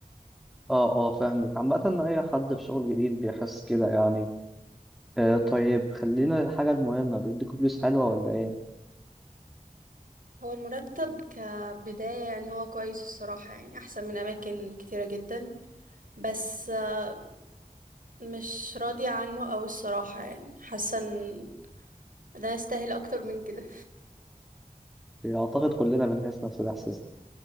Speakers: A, in the centre; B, on the right.
A: اه اه فاهمك عامة ان اي حد في شغل جديد بيحس كده يعني آه طيب خلينا الحاجة المهمة بيديكوا فلوس حلوة ولا ايه؟
B: هو المرتب كبداية يعني هو كويس الصراحة يعني احسن من اماكن كتيرة جدا بس آه، مش راضية عنه أوي الصراحة يعني حاسة ان ده يستاهل اكتر من كده
A: يعني اعتقد كلنا بنحس نفس الاحساس